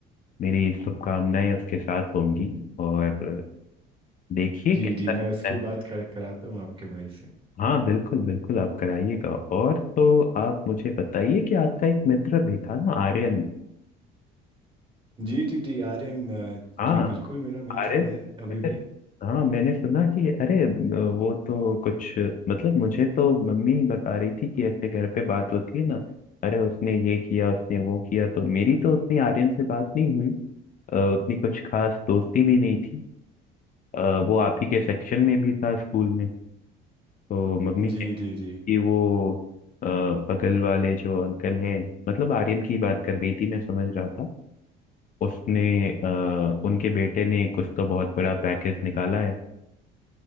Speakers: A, on the left; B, on the right.
A: मेरी शुभकामनाएं उसके साथ होंगी और देखिए
B: जी
A: कैसा
B: जी
A: रहता
B: मैं उसकी
A: है
B: बात कर कराता हूँ आपके भाई से
A: हाँ बिल्कुल बिल्कुल आप कराइएगा और तो आप मुझे बताइए कि आपका एक मित्र भी था ना आर्यन
B: जी जी जी आर्यन अ,
A: हाँ
B: जी बिल्कुल मेरा मित्र
A: आर्यन
B: है अभी
A: मैंने-
B: भी
A: हाँ मैंने सुना कि अरे वो तो कुछ मतलब मुझे तो मम्मी बता रही थी कि ऐसे घर पे बात होती है ना अरे उसने ये किया उसने वो किया तो मेरी तो उतनी आर्यन से बात नहीं हुई अ, उतनी कुछ खास दोस्ती भी नहीं थी अ, वो आप ही के सेक्शन में भी था स्कूल में तो मम्मी
B: जी जी
A: की
B: जी
A: वो अ, बगल वाले जो अंकल हैं मतलब आर्यन की बात कर रही थी मैं समझ रहा था उसने अ, उनके बेटे ने कुछ तो बहुत बड़ा पैकेज निकाला है